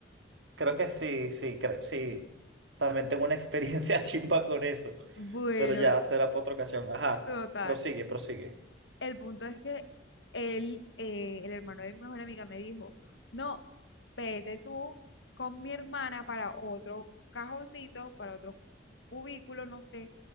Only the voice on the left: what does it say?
Bueno,
Total.
El punto es que él, eh, el hermano de mi mejor amiga me dijo, no, vete tú con mi hermana para otro cajoncito, para otro cubículo, no sé,